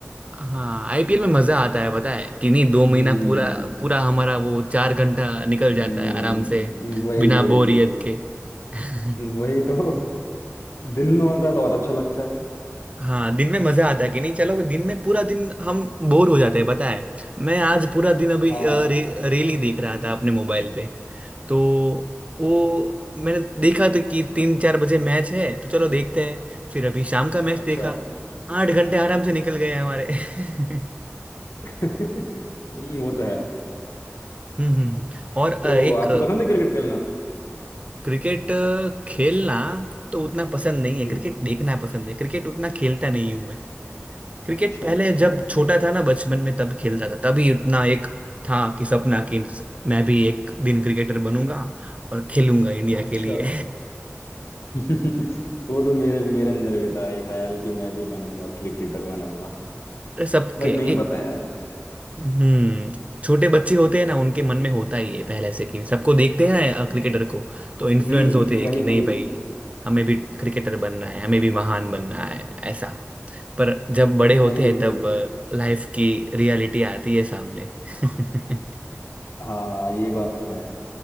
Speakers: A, on the right (about 30°); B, on the left (about 75°).
A: हाँ आईपीएल में मजा आता है पता है कि नहीं दो
B: हम्म
A: महीना पूरा पूरा हमारा वो चार घंटा निकल
B: हम्म,
A: जाता है आराम से
B: वही
A: बिना
B: वही
A: बोरियत के <laughs>
B: वही तो दिन में होता है तो और अच्छा लगता है
A: हाँ दिन में मजा आता है कि नहीं चलो दिन में पूरा दिन हम बोर हो जाते हैं पता है मैं आज पूरा दिन अभी
B: हाँ
A: अ, रे, रेली देख रहा था अपने मोबाइल पे तो वो मैंने देखा तो कि तीन चार बजे मैच है तो चलो देखते हैं फिर अभी शाम का मैच
B: अच्छा
A: देखा आठ घंटे आराम से निकल गए हमारे <laughs>
B: <laughs> हम्म, वो तो है
A: हम्म हम्म। और अ,
B: तो
A: एक
B: आपको पसंद है क्रिकेट खेलना
A: क्रिकेट अ, खेलना तो उतना पसंद नहीं
B: हम्म
A: है क्रिकेट देखना पसंद है क्रिकेट उतना खेलता नहीं हूं मैं क्रिकेट
B: अच्छा
A: पहले
B: अच्छा
A: जब छोटा था ना बचपन में तब खेलता था तभी उतना एक था कि सपना कि मैं भी एक दिन क्रिकेटर बनूंगा और खेलूंगा इंडिया
B: अच्छा
A: के लिए
B: <laughs> वो तो मेरे मेरे अंदर भी था ये ख्याल कि मैं भी बनूंगा क्रिकेटर बनूंगा
A: <laughs> सबके
B: बट नहीं
A: एक
B: पता यार
A: हम्म छोटे बच्चे होते हैं ना उनके मन में होता ही है पहले से कि सबको देखते हैं ना
B: हम्म
A: क्रिकेटर को तो इन्फ्लुएंस
B: वही
A: होते हैं कि नहीं
B: वही
A: भाई हमें भी क्रिकेटर बनना है हमें भी महान बनना है ऐसा पर जब बड़े होते
B: वही
A: हैं
B: वही
A: तब लाइफ की रियलिटी आती है सामने <laughs>
B: हाँ ये बात तो है